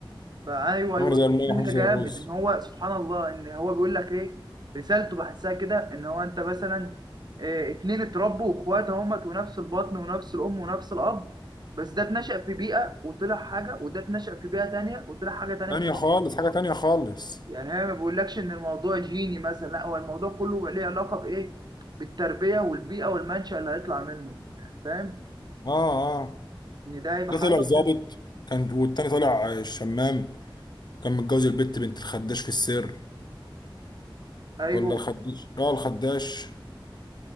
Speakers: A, on the right (about 50°); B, on the left (about 50°).
A: فايوه
B: خمره
A: ايوه
B: زي الميه
A: الفيلم
B: وحشيش
A: ده
B: زي
A: جامد
B: الرز
A: ان هو سبحان الله ان هو بيقول لك ايه رسالته بحسها كده ان هو انت مثلا إيه اتنين اتربوا واخوات اهمت ونفس البطن ونفس الام ونفس الاب بس ده اتنشأ في بيئه وطلع حاجه وده اتنشأ في بيئه تانية وطلع حاجه تانية
B: تانية
A: خالص
B: خالص حاجه تانية خالص
A: يعني هي ما بيقولكش ان الموضوع جيني مثلا لا هو الموضوع كله ليه علاقه بايه بالتربيه والبيئه والمنشأ اللي هيطلع منه يعني فاهم
B: اه اه
A: ان ده هيبقى
B: ده
A: حاجه
B: طلع ظابط كان والتاني طلع آه، شمام كان متجوز البت بنت الخداش في السر
A: ايوه
B: ولا الخداش اه الخداش